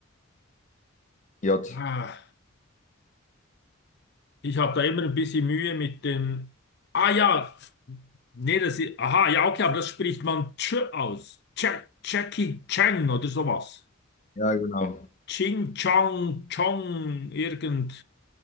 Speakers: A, on the left; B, on the left.
A: J.
B: Ah, Ich habe da immer ein bisschen Mühe mit den. Ah ja, nee, das ist. Aha, ja, okay, aber das spricht man Ch aus. Ch Jackie Chang oder sowas.
A: Ja, genau.
B: Ching Chang Chong irgend.